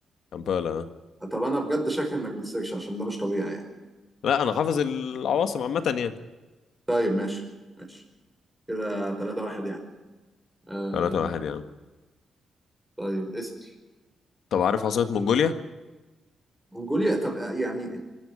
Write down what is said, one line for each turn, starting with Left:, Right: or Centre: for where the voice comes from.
Left: كامبالا آه.
Centre: آه، طب انا بجد شاكك انك بتسيرش عشان ده مش طبيعي يعني
Left: لا انا حافظ العواصم عامة يعني
Centre: طيب ماشي ماشي كده 3-1 يعني آه
Left: ثلاثة واحد يعني
Centre: طيب اسأل
Left: طب عارف عاصمة منغوليا؟
Centre: منجوليا طب آه، يعني